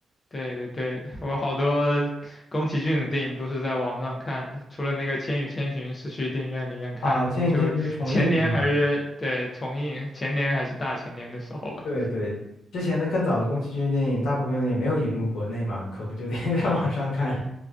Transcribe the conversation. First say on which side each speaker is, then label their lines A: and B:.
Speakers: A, on the left; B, on the left.
A: 对对对，我好多宫崎骏的电影都是在网上看的，除了那个《千与千寻》是去电影院里面看的，
B: 啊。《千与千寻》的重映是吗？
A: 就前年还是对重映，前年还是大前年的时候吧。
B: 对对，之前的更早的宫崎骏电影，大部分也没有引入国内嘛，可不就得 <laughs> 在网上看。